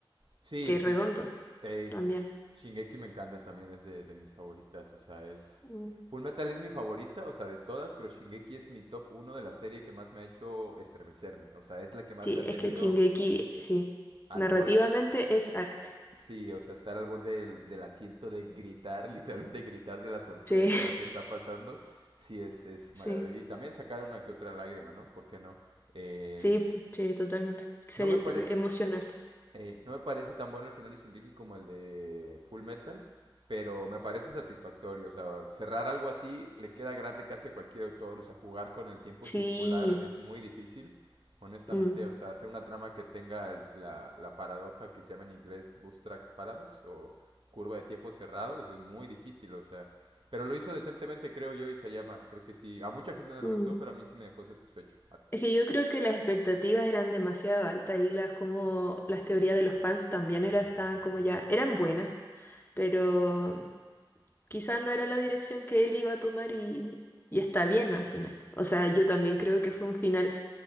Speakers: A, on the right; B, on the left.
A: Sí,
B: que es redondo
A: Ey,
B: también.
A: Sh- Shingeki me encanta también, es de, de mis favoritas, o sea, es...
B: Mm.
A: Full Metal es mi favorita, o sea, de todas, pero Shingeki es mi top uno de la serie que más me ha hecho estremecerme, o sea, es la que más
B: Sí,
A: me ha
B: es
A: tenido
B: que Shingeki, sí,
A: al
B: narrativamente
A: borde,
B: es arte.
A: sí, o sea, estar al borde del, del asiento de gritar, <laughs> literalmente gritar de la sorpresa
B: Sí,
A: de lo que está pasando, sí, es, es maravilloso.
B: <laughs> sí.
A: Y también sacar una que otra lágrima, ¿no? ¿Por qué no? Em,
B: Sí, sí, totalmente. Sería
A: no me parece,
B: eh, emocionarte.
A: Ey, no me parece tan bueno el final de Shingeki como el de Full Metal, pero me parece satisfactorio. O sea, cerrar algo así le queda grande casi a cualquier autor. O sea, jugar con el tiempo
B: Sí.
A: circular es muy difícil, honestamente.
B: mm,
A: O sea, hacer una trama que tenga el- la, la paradoja que se llama en inglés Bootstrap Paradox o curva de tiempo cerrado, eso es muy difícil. O sea, pero lo hizo decentemente, creo yo, y se llama. Creo que sí. A mucha gente no le
B: mm.
A: gustó, pero a mí sí me dejó satisfecho.
B: Es que yo creo que las expectativas eran demasiado altas y las como las teorías de los fans también era, estaban como ya, eran buenas, pero quizás no era la dirección que él iba a tomar y, y está bien al final. O sea, yo también creo que fue un final.